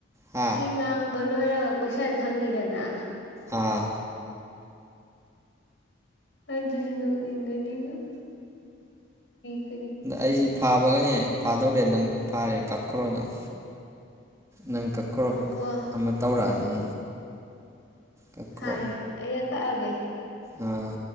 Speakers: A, on the right (about 15°); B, on the left (about 60°).
A: ꯍꯥ
B: ꯁꯤ ꯉꯥꯡꯕ ꯂꯣꯏꯔꯒ꯫ ꯀꯣꯏꯁꯟ ꯍꯪꯉꯤꯗꯅ꯫
A: ꯑꯥ
B: ꯑꯗꯨꯗꯤ ꯅꫭꯛꯅꯤꯡꯉꯥꯅꯤꯉꫭ ꯀꯩ꯫
A: ꯑꯩꯁꯤ ꯐꯥꯕꯒꯅꯦ ꯐꯥꯗꯧꯔꯦ ꯅꯪ ꯐꯥꯔꯦ ꯀꯛꯈ꯭ꯔꯣ ꯅꯪ꯫ ꯅꯪ ꯀꯛꯈ꯭ꯔꯣ
B: ꯎꯪꯈꯣ
A: ꯑꯃ ꯇꯧꯔꯛꯑꯅꯤ꯫ ꯀꯛꯈ꯭ꯔꯣ
B: ꯍꯥꯔꯦ ꯑꯩꯅ ꯀꯛꯑꯒꯦ꯫
A: ꯑꯥ